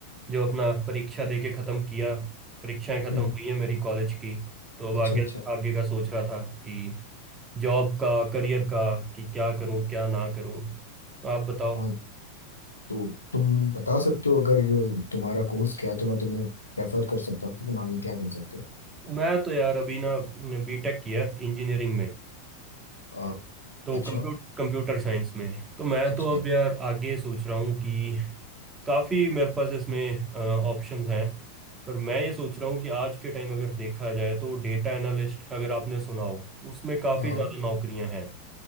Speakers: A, on the right; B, on the left.
A: जो अपना परीक्षा दे के ख़त्म किया परीक्षाएं ख़त्म
B: हम्म
A: हुई हैं मेरी कॉलेज की तो अब
B: अच्छा
A: आगे
B: अच्छा
A: आगे का सोच रहा था कि जॉब का करियर का कि क्या करूं क्या ना करूं आप बताओ
B: आ, तो तुम बता सकते हो अगर तुम्हारा कोर्स क्या है तो मैं तुम्हें रेफर कर सकता हूँ कि तुम आगे क्या कर सकते
A: मैं तो यार अभी ना बीटेक किया इंजीनियरिंग में
B: हो आ,
A: तो
B: अच्छा
A: कंप्यूटर कंप्यूटर साइंस में तो मैं
B: अच्छा
A: तो अब यार आगे सोच रहा हूँ कि काफ़ी मेरे पास इसमें ऑप्शंस हैं पर मैं ये सोच रहा हूँ कि आज के टाइम अगर देखा जाए तो डेटा एनालिस्ट अगर आपने सुना हो तो उसमें काफ़ी
B: हाँ
A: ज़्यादा नौकरियां हैं